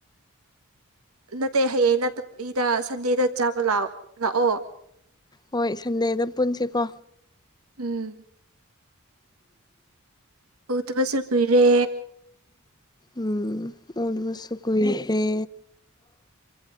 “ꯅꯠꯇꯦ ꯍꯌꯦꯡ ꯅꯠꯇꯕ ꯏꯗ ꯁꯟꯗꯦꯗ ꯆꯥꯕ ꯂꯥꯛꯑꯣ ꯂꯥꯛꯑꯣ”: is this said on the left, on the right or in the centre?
Right